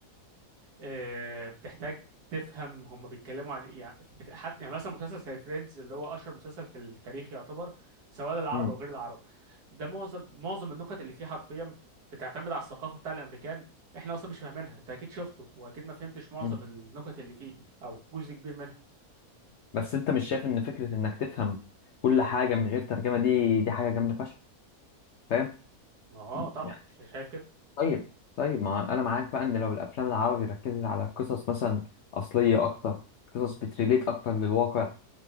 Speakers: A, on the right; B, on the left.
A: آه، بتحتاج تفهم هم بيتكلموا عن إيه. يعني ف- حتى يعني مثلا مسلسل زي فريندز اللي هو أشهر مسلسل في التاريخ يعتبر سواء للعرب
B: مم.
A: أو غير العرب ده معظم معظم النكت اللي فيه حرفيا بتعتمد على الثقافة بتاع الأمريكان إحنا أصلا مش فاهمينها أنت أكيد شفته وأكيد ما فهمتش معظم
B: مم.
A: النكت اللي فيه أو جزء كبير منها
B: بس انت مش شايف ان فكرة انك تفهم كل حاجة من غير ترجمة دي دي حاجة جامدة فشخ فاهم
A: ما اه طبعا
B: يعني
A: ش- شايف كده
B: طيب طيب ما انا معاك بقى ان لو الافلام العربي ركزت على قصص مثلا اصلية اكتر قصص بتريليت اكتر للواقع